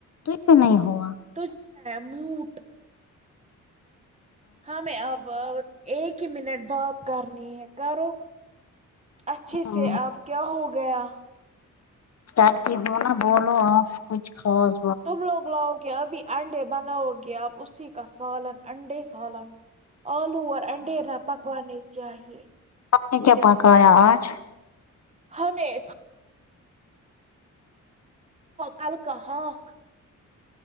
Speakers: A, on the left (about 55°); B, on the right (about 20°).
A: تو نہیں ہوا
B: تو ڈیمد ہمیں اب ب ایک ہی منٹ بات کرنی ہے کرو اچھے
A: ہاں
B: تھے اب کیا ہو گیا
A: ڈرتی ہونا بولو آپ کچھ خاض
B: تم لوگ لاؤ گے ابھی انڈے بناؤ گے آپ اسی کا سالن انڈے سالن آلو اور انڈے <unintelligible>
A: آپ نے کیا پکایا آج
B: ہم نے تو کل کا <unintelligible>